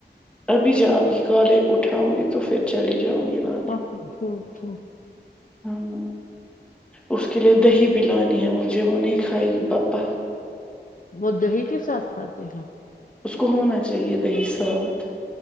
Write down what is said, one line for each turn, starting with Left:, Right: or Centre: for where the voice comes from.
Centre: ابھی جا ا بھی کالے کو اٹھاؤں گی تو فر چلی جاؤں گی لانے
Left: <unintelligible>
Centre: ہاں نہ اس کے لیے دہی بھی لانی ہے مجھے وہ نہیں کھائے گی بپا
Left: وہ دہی کےساتھ کھاتے ہیں
Centre: اس کو ہونا چاہیے دہی ساتھ